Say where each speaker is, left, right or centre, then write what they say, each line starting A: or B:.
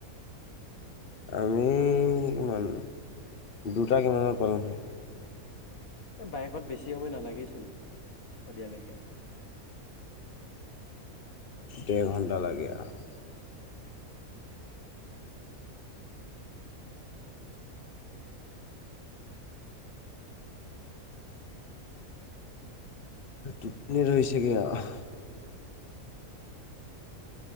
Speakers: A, on the left; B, on the left.
A: আমি কিমান দুটা কিমানত পালোঁহি।
B: এ বাইকত বেছি সময় নালাগেইচোন। শদিয়ালৈকে
A: ডেৰ ঘণ্টা লাগিব। টোপনি ধৰিছেগে আও।